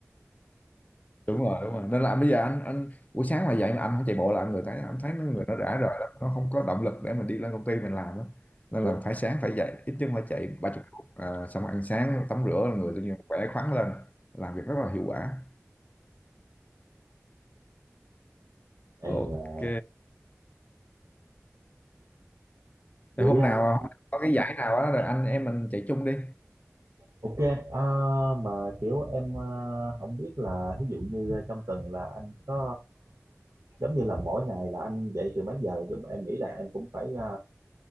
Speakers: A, on the left; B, on the right.
A: đúng rồi đúng rồi nên là bây giờ anh anh buổi sáng mà dậy mà anh không chạy bộ là anh người thấy anh thấy nó người nó rã rời lắm nó không có động lực để mình đi lên công ty mình làm á nên
B: Yeah.
A: là phải sáng phải dậy ít nhất phải chạy ba chục phút à, xong ăn sáng tắm rửa là người tự nhiên khỏe khoắn lên làm việc rất là hiệu quả ok
B: Em là- vậy
A: Thì hôm
B: ờ,
A: nào hôm nào có cái giải nào á rồi anh em mình chạy chung đi
B: ok ờ, mà kiểu em ờ, không biết là ví dụ như ờ, trong tuần là anh có ờ, giống như là mỗi ngày là anh dậy từ mấy giờ Giống- em nghĩ là em cũng phải ờ,